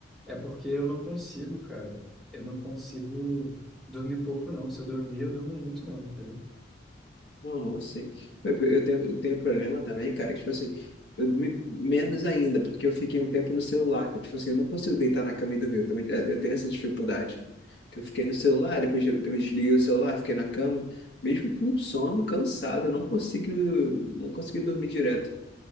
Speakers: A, in the centre; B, on the left.
A: é porque eu não consigo, cara. Eu não consigo dormir pouco, não. Se eu dormir, eu durmo muito, não, entendeu?
B: Não, eu sei. Eu, eu tenho, eu tenho problema também, cara. Tipo assim, eu me- menos ainda, porque eu fiquei um tempo no celular. que, Tipo assim, eu não consigo deitar na cama e dormir. Eu, também, é, eu tenho essa dificuldade. Que eu fiquei no celular, depois eu, eu desliguei o celular, fiquei na cama. Mesmo com sono, cansado, eu não consigo, não consegui dormir direto.